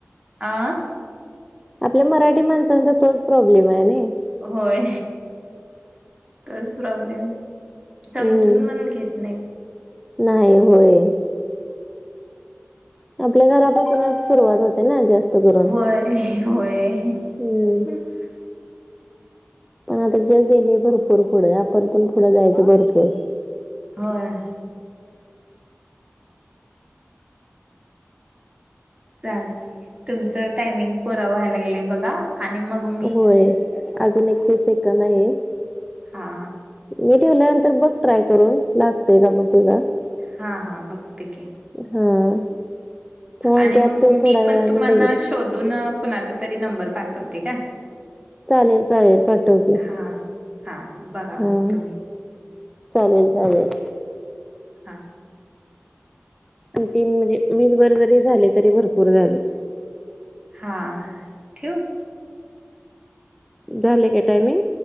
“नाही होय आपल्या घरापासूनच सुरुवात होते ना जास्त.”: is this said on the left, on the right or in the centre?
Centre